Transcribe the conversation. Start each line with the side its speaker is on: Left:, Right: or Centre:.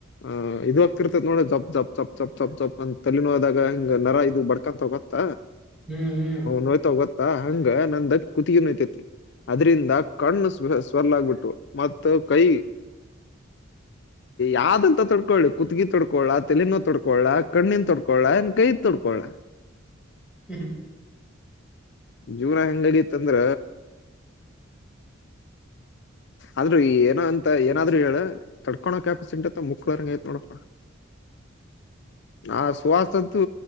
Left: ಆ ಇದು ಆಾಗ್ತಿರ್ತತ್ ನೋಡ ಜಪ್ ಜಪ್ ಜಪ್ ಜಪ್ ಜಪ್ ಜಪ್ ಅಂತ ತಲನೋದಾಗ ನರ ಇದು ಬಡ್ಕಂತ ಹೋಗತ್ತ
Centre: ಹ್ಮ್ ಹ್ಮ್
Left: ನೋಯ್ತಾ ಹೋಗತ್ತಾ ಹಂಗ ನಂದ ಕತ ನೋಯ್ತೈತಿ ಅದ್ರಿಂದ ಕಣ್ಣು ಸ್ ಸ್ವರ್ಲಾಗಬಿಟ್ಟು ಮ ಕೈ ಯಾವ್ದಂತ ತೊಡ್ ತೊಕೊಳ್ಳಿ ಕುತ್ಗಿ ತೊಡ್ಕೊಳ್ಳಳ ತಲನ ತೊಕೊಳ್ಳಳ ಕಣ್ಣಿನನ್ ತೊಕಳ ಇನ್ ಕೈದ ತೊಡ್ಕೊಳ
Centre: ಹ್ಮ
Left: ಜೀವರ ಹೆಂಗ ಅಡಿಯತ್ತಂದ್ರ ಆದ್ರೂ ಏನೋ ಅಂತ ಏನಾದ್ರು ಹೇಳ ತಡ್ಕೊಳೋ ಕ್ಯಾಪಾಸಿಂಟ್ ಅ ಮುಕ್ಳರಂಗ ಆಯ್ತ್ ನೋಡಪ್ಪಾ ಆ ಸುಹಾಸ ಅಂತೂ